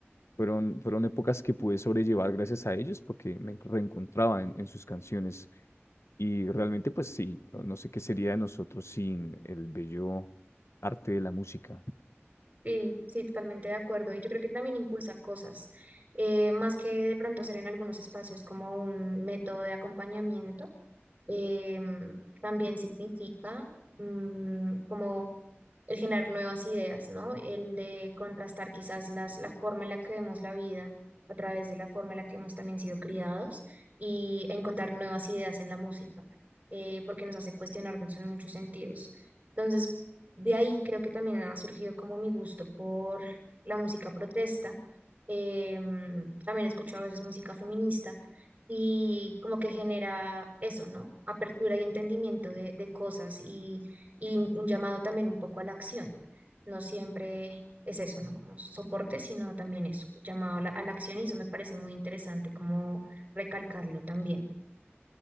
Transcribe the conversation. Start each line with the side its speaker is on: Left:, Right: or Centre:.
Left: fueron, fueron épocas que pude sobrellevar gracias a ellos porque me reencontraba en, en sus canciones. Y realmente, pues sí, no, no sé qué sería de nosotros sin el bello arte de la música.
Right: Sí, sí, totalmente de acuerdo. Y yo creo que también impulsa cosas, eh, más que de pronto ser en algunos espacios como un método de acompañamiento, em, también significa mm, como el generar nuevas ideas, ¿no? El de contrastar quizás las, la forma en la que vemos la vida a través de la forma en la que hemos también sido criados y encontrar nuevas ideas en la música, eh, porque nos hace cuestionarnos en muchos sentidos. Entonces, de ahí creo que también ha surgido como mi gusto por la música protesta. Em, también escucho a veces música feminista y como que genera eso, ¿no? Apertura y entendimiento de, de cosas y un, un llamado también un poco a la acción. No siempre es eso, ¿no? Como soporte, sino también eso, un llamado a la, a la acción y eso me parece muy interesante como recalcarlo también.